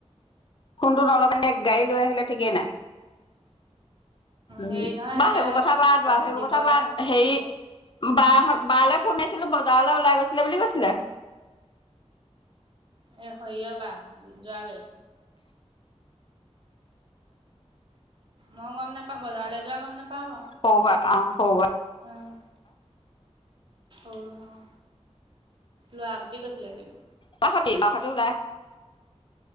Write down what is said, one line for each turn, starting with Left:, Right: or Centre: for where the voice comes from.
Left: ফোনটো নলগা হেতেন গাড়ী লৈ আহিলে ঠিকেই নাই। উম
Right: হেৰি নহয় সিহঁতে
Left: বাৰু সেইবোৰ কথা বাদ
Right: কম
Left: বাৰু, সেইবোৰ
Right: দিবলে
Left: কথা বাদ, হেৰি বাহত বালে ফোন মাৰিছিলো, বজাৰলৈ ওলাই গৈছিলে বুলি কৈছিলে।
Right: এই সৰিয়হ বা, যোৱাবাৰী। মই গম নাপাওঁ, বজাৰলৈ যোৱা গম নাপাওঁ বাৰু।
Left: হবা <unintelligible> অ <unintelligible> হবা।
Right: অ'। অ', লৰাহতে গৈছিলে চাগে।
Left: তাষঁতি, নাকঁতে ওলাই <unintelligible>